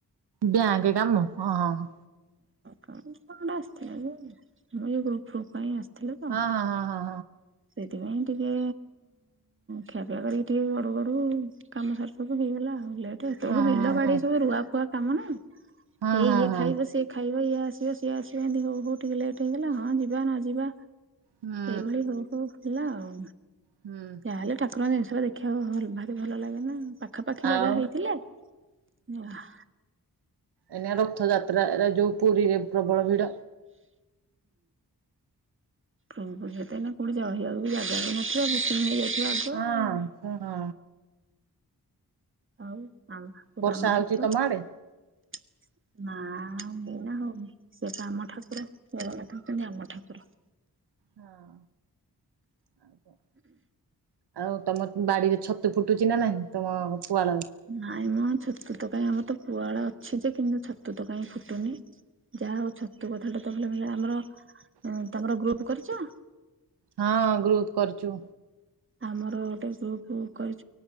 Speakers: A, on the right (about 80°); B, on the right (about 30°).
A: ବିଆକେ କାମ ହଁ ହଁ
B: କ ଆସିଥିଲା ଯେ ମୁଁ ଗ୍ରୁପ ଫୁବ୍ ପାଇଁ ଆସି ଥିଲେ ତ
A: ହଁ ହଁ
B: ସେଥିପାଇଁ ଟିକେ ଖିଆପିଆ କରିକି ଟିକେ ଗଡ଼ୁ ଗଡ଼ୁ କାମ ସାର ସବୁ ହେଇଗଲା ଆଉ ଲେଟ୍ ଏଠି ଏତେ ତୋଳୁ
A: ହଁ ହଁ
B: ବିଲ
A: ହଁ
B: ବାଡି
A: ହଁ।
B: ସବୁ ରୁଆ ଫୁଆ କାମ ନା
A: ହଁ
B: ଏଇ
A: ହଁ
B: ଇଏ
A: ହଁ ହଁ ହଁ ହଁ
B: ଖାଇବ ସିଏ ଖାଇ ଇଏ ଆସିବ ସିଏ ଆସିବ ଏମିତି ହଉ ହଉକା ଲେଟ୍ ହେଇଗଲା ହଁ ଯିବା ନ ଯିବା
A: ହୁଁ
B: ଏଇଭଳି ହଉ ହଉ ହେଲା ଆଉ
A: ହୁଁ
B: ଯାହାହେଲେ ଠାକୁରଙ୍କ ଜିନିଷ ଦେଖିବାକୁ ଭଲ ଭଲ ଲାଗେ ନା ପାଖାପାଖି
A: ଆଉ
B: ଜାଗା ହେଇଥିଲେ <inaudible>
A: ଏନା ରଥଯାତ୍ରା ଯୋଉ ପୁରୀରେ ପ୍ରବଳ ଭିଡ।
B: ହୁଁ କେତେ ନା କୋଉଠି ଯହିବାକୁ ବି ଜାଗା ବି ନଥିବା ବୁକିଂ ହେଇଯାଇଛି। ଯିଏ ଆଗୁଆ
A: ହଁ
B: ଆଉ
A: ହଁ
B: ଆଉ
A: ବର୍ଷା
B: ରାମ
A: ହଉଛି
B: ଠାକୁର
A: ତମ ଆଡେ?
B: <inaudible> ନା ଏଇନା ହଉନି ସିଏ ପା ଆମ ଠାକୁର ଜଗନ୍ନାଥ ହଉଛନ୍ତି ଆମ ଠାକୁର। <inaudible>
A: ହଁ <unintelligible> ଆଉ ତମ ବାଡିରେ ଛତୁ ଫୁଟୁଛି ନାଇଁ ତମ ପୁଆଳରେ?
B: ନାଇଁ ମ ଛତୁ ତୋକାଇଁ ଆମର ତ ପୁଆଡା ଅଛି ଯେ କିନ୍ତୁ ଛତୁ ତ କାଇଁ ଫୁଟୁନି। ଯାହା ହଉ ଛତୁ କଥା ଟା ତ ବ ଆମର ତମର ଗ୍ରୁପ କରିଚ?
A: ହଁ ଗ୍ରୁପ୍ କରିଚୁ।
B: ଆମର ଗୋଟେ ଗ୍ରୁପ କରି